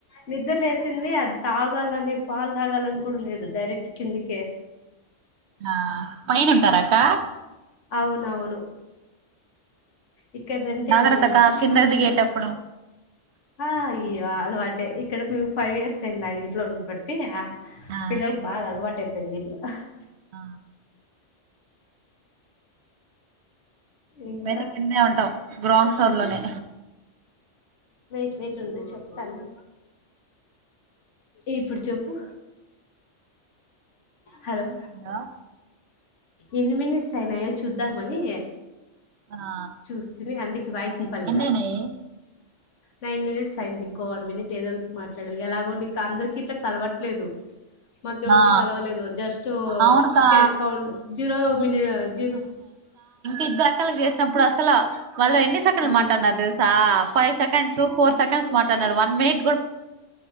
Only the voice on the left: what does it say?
నిద్ర లెసింది అది తాగాలని పాలు తాగాలని కూడా లేదు డైరెక్ట్ కిందికి
అవునవును ఇక్కడ రంటాడు
మేము
ఆ అయ్య అలవాటే ఇక్కడ మేము ఫైవ్ ఇయర్స్ అయిందా ఇంట్లో ఉం బట్టి
పిల్లలకి బాగా అలవాటుే పె జలా <unintelligible>
ఇంకా
వెయిట్ వెయిట్ ఉండు చెప్తాను ఇప్పుడు చెప్పు హలో
ఎన్ని మినిట్స్ అయినాయో చూద్దామని
చూస్తంది అందుక వాయిస్ ఇనపాలేదా
నైన్ మినిట్స్ అయి కో వన్ మినిట్ ఏదో మాట్లాడు ఎలాగో నీకు అందరికి ఇట్లా కలవట్లేదు. మాకెవరికి
కలవలేదు జస్ట్
కె కౌంట్స్ జీరో మిని జీరో
ఆ